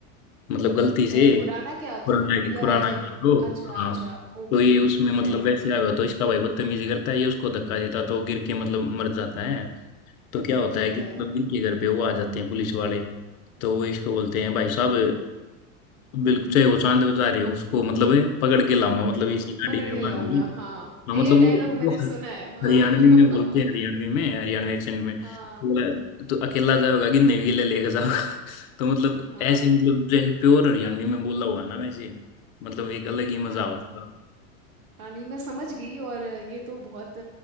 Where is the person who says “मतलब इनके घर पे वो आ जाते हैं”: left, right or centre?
Left